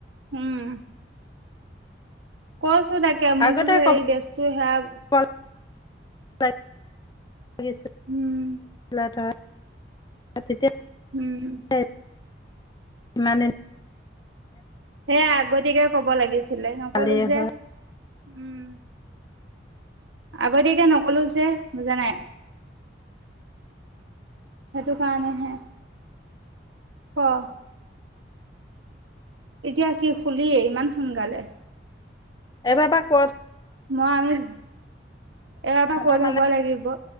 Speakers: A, on the right; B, on the left.
A: উম। কৈছোঁ তাকে মোৰ
B: আগতে
A: বোলো
B: ক'ব
A: হেৰি গেছটো সেয়া
B: <unintelligible>
A: উম।
B: <unintelligible> তেতিয়া
A: উম।
B: এই ইমানদিন
A: সেয়া আগতিয়াকে ক'ব লাগিছিলে, নক'লো
B: পালিয়ে
A: যে,
B: হয়
A: উম। আগতীয়াকে নক'লো যে, বুজা নাই। সেইটো কাৰণেহে, ক। এতিয়া কি শুলিয়ে, ইমান সোনকালে।
B: এবাৰ বা ক'ত
A: মই আমি এবাৰ
B: সিহঁতৰ
A: পা কৈ থ'ব
B: মানে
A: লাগিব।